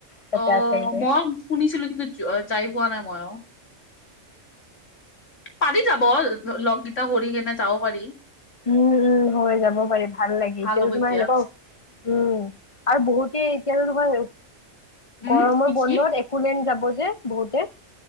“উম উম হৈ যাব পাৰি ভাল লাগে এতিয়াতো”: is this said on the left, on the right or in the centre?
Left